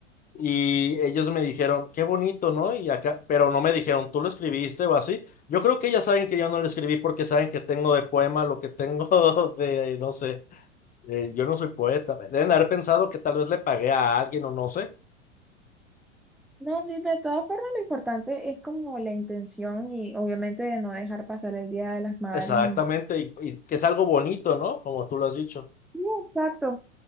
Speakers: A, on the left; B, in the centre.
A: y ellos me dijeron, qué bonito, ¿no? Y acá, pero no me dijeron, tú lo escribiste o así. Yo creo que ellas saben que yo no lo escribí porque saben que tengo de poema lo que tengo <laughs> de, no sé, eh, yo no soy poeta. Deben haber pensado que tal vez le pagué a alguien o no sé.
B: no, sí, de todas formas, lo importante es como la intención y obviamente de no dejar pasar el Día de las Madres.
A: Exactamente,
B: ni-
A: y, y que es algo bonito, ¿no? Como tú lo has dicho.
B: Sí, exacto,